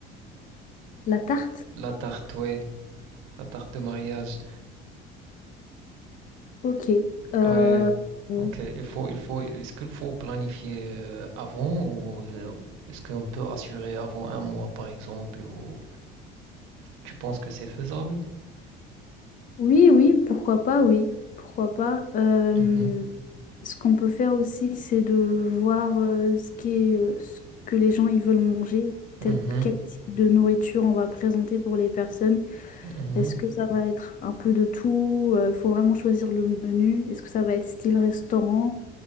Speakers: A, on the left; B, on the right.
A: La tarte?
B: La tarte, ouais, la tarte de mariage.
A: Ok. Euh,
B: Ouais,
A: euh,
B: ok il faut, il faut, est-ce qu'il faut planifier euh, avant ou euh, est-ce qu'on peut assurer avant un mois par exemple ou tu penses que c'est faisable?
A: oui, oui, pourquoi pas, oui. Pourquoi pas. Euh,
B: Mhm,
A: ce qu'on peut faire aussi, c'est de voir euh, ce qui est, euh, ce que les gens ils veulent manger,
B: mhm,
A: tel, quel type de nourriture on va présenter pour les personnes.
B: mhm,
A: Est-ce que ça va être un peu de tout? Il faut vraiment choisir le menu. Est-ce que ça va être style restaurant?